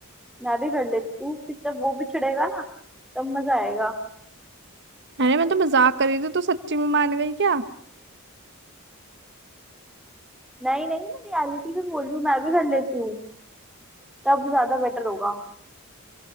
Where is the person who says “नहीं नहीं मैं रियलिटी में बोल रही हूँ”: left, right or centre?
Centre